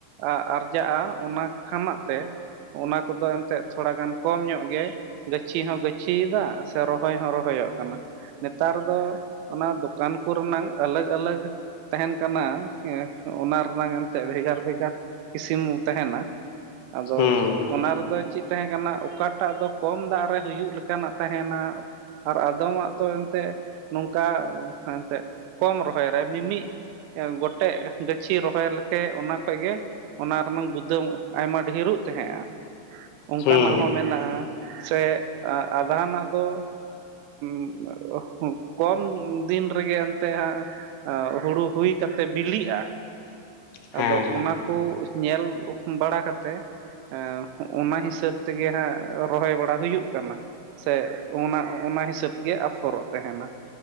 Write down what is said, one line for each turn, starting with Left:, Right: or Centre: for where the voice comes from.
Right: ᱟ-ᱟᱨᱡᱟᱜᱼᱟ ᱚᱱᱟ ᱠᱷᱟᱱᱟᱜ ᱛᱮ ᱚᱱᱟ ᱠᱚᱫᱚ ᱮᱱᱛᱮᱫ ᱛᱷᱚᱲᱟ ᱜᱟᱱ ᱠᱚᱢ ᱧᱚᱜ ᱜᱮᱭᱟᱭ ᱾ ᱜᱟᱹᱪᱷᱤ ᱦᱚᱸ ᱜᱟᱹᱪᱷᱤᱭᱮᱫᱟ ᱥᱮ ᱨᱚᱦᱚᱭ ᱦᱚᱸ ᱨᱚᱦᱚᱭᱚᱜ ᱠᱟᱱᱟ᱾ ᱱᱮᱛᱟᱨ ᱫᱚ ᱚᱱᱟ ᱫᱚᱠᱟᱱ ᱠᱚᱨᱮᱱᱟᱝ ᱟᱞᱟᱜᱽᱼᱟᱞᱟᱜᱽ ᱛᱟᱦᱮᱱ ᱠᱟᱱᱟ ᱮᱸ ᱚᱱᱟ ᱨᱮᱱᱟᱝ ᱮᱱᱛᱮᱫ ᱵᱷᱮᱜᱟᱨ ᱵᱷᱮᱜᱟᱨ ᱤᱥᱤᱢᱩ ᱛᱟᱦᱮᱱᱟ, ᱟᱫᱚ
Left: ᱦᱩᱸ
Right: ᱫᱚ ᱪᱮᱫ ᱛᱟᱦᱮᱸ ᱠᱟᱱᱟ ᱚᱠᱟᱴᱟᱜ ᱫᱚ ᱠᱚᱢ ᱫᱟᱜ ᱨᱮ ᱦᱩᱭᱩᱜ ᱞᱮᱠᱟᱱᱟᱜ ᱛᱟᱦᱮᱱᱟ ᱟᱨ ᱟᱫᱚᱢᱟᱜ ᱛᱚ ᱮᱱᱛᱮᱫ ᱱᱚᱝᱠᱟ ᱮᱱᱛᱮᱫ ᱠᱚᱢ ᱨᱚᱦᱚᱭ ᱨᱮ ᱢᱤᱢᱤᱜ ᱮ ᱜᱚᱴᱮᱜ ᱜᱟᱹᱪᱷᱤ ᱨᱚᱦᱚᱭ ᱞᱮᱠᱮ ᱚᱱᱟ ᱠᱷᱚᱡ ᱜᱮ ᱚᱱᱟ ᱨᱮᱱᱟᱝ ᱜᱩᱫᱟᱹ ᱟᱭᱢᱟ ᱰᱷᱮᱨᱚᱜ ᱛᱟᱦᱮᱸᱜᱼᱟ, ᱚᱝᱠᱟᱱᱟᱜ
Left: ᱦᱩᱸ
Right: ᱦᱚᱸ ᱢᱮᱱᱟᱜᱼᱟ᱾ ᱥᱮ ᱟ-ᱟᱫᱷᱟᱱᱟᱜ ᱫᱚ <inaudible> ᱠᱚᱢ ᱫᱤᱱ ᱨᱮᱜᱮ ᱮᱱᱛᱮᱜ ᱦᱟᱸᱜ ᱟᱸ ᱦᱩᱲᱩ ᱦᱩᱭ ᱠᱟᱛᱮᱫ ᱵᱤᱞᱤᱜᱼᱟ ᱾
Left: ᱦᱮᱸ
Right: ᱟᱫᱚ ᱚᱱᱟ ᱠᱚ ᱧᱮᱞ ᱵᱟᱲᱟ ᱠᱟᱛᱮ ᱮᱸᱻ ᱚᱱᱟ ᱦᱤᱥᱟᱹᱵ ᱛᱮᱜᱮ ᱦᱟᱸᱜ ᱨᱚᱦᱚᱭ ᱵᱟᱲᱟ ᱦᱩᱭᱩᱜ ᱠᱟᱱᱟ ᱾ ᱥᱮ ᱚᱱᱟ, ᱚᱱᱟ ᱦᱤᱥᱟᱹᱵ ᱜᱮ ᱟᱯᱷᱚᱨᱚᱜ ᱛᱟᱦᱮᱱᱟ